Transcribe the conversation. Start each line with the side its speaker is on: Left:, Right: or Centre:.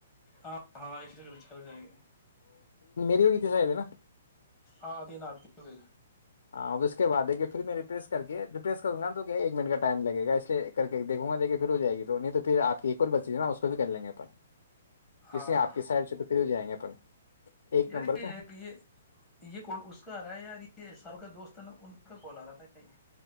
Centre: ہاں ہاں اسی سے کچ کر ہو جائے گی
Left: دت س ہے نا
Centre: آاں د ندتی ہو گ
Left: ہاں ا اس کے بع دیکھیے پھر میں رپس کے ریپلیس کروں گا تو کہ ایک منٹ کا ٹائم لگےا اس لیے کر کے دیکھوں گا دیکے پھر ہو جائے گی تو نہیں تو پھر آپ کی ایک اور بچی ہے نا اس کو بھی کر لیں گے اپن جیسے
Centre: ہاں
Left: آپ کی سائڈ سے تو پھر ہو جائیں گے ج اپن ایک
Centre: یار
Left: نمبر
Centre: یہ
Left: پہ
Centre: ہے کہ یہ یہ کون اس کا آ رہا ہے یار یہ ایسا سب کا دوست ہے نا ان کا کال آ رہا تھا نہیں